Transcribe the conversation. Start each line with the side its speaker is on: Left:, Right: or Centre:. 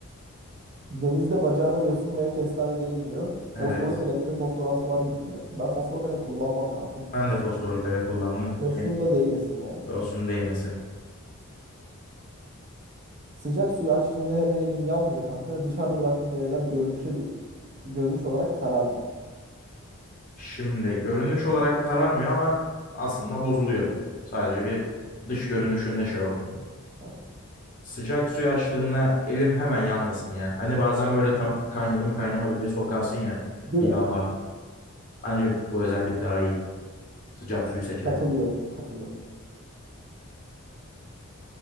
Right: Denizde bacağına yosun veya kestane değmiyor. Fosforlu
Left: Evet.
Right: kalemlerin fosforu asla bitmiyor. Ben fosforlu kalem kullanmam kanka.
Left: Ben de fosforlu kalem kullanmam.
Right: Yosun
Left: Yani
Right: da değmesin yani.
Left: olsun değmesin.
Right: Sıcak suyu açtığında hemen elin yanmıyor kanka. Dışarıda bıraktığın meyveler görünüşe gö- görünüş olarak kararmıyor.
Left: Şimdi görünüş olarak kararmıyor ama aslında bozuluyor. Sadece
Right: Evet.
Left: bir dış görünüşünde şey olmuyor.
Right: Aynen.
Left: Sıcak suyu açtığımda elim hemen yanmasın ya. Hani bazen böyle tam kaynadı mı kaynamadı mı diye sokarsın ya.
Right: Değil
Left: yanar.
Right: mi?
Left: Bence bu özellik daha iyi. Sıcak suyu seçelim.
Right: Katılıyorum. Katılıyorum.